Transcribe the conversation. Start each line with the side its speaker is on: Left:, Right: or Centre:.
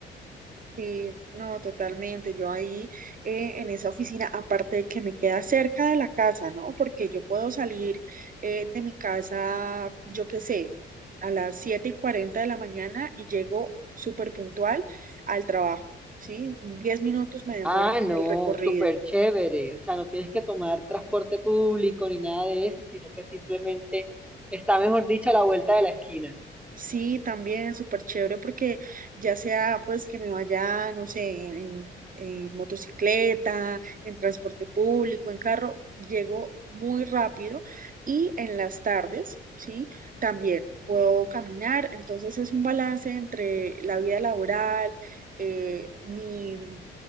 Right: Sí, no, totalmente. Yo ahí eh, en esa oficina, aparte de que me queda cerca de la casa, ¿no? Porque yo puedo salir eh, de mi casa, yo qué sé, a las 7 y 40 de la mañana y llego súper puntual al trabajo, ¿sí? diez minutos me demoro
Centre: Ah,
Right: en
Centre: no,
Right: el recorrido.
Centre: súper chévere. O sea, no tienes que tomar transporte público ni nada de eso, sino que simplemente está, mejor dicho, a la vuelta de la esquina.
Right: Sí, también súper chévere porque ya sea pues que me vaya, no sé, en, en- motocicleta, en transporte público, en carro, llego muy rápido y en las tardes, sí, también puedo caminar. Entonces es un balance entre la vida laboral, eh, mi, mi,